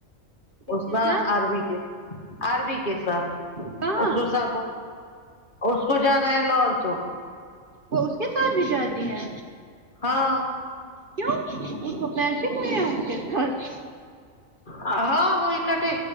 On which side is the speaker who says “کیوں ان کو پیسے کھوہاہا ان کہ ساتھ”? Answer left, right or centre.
Right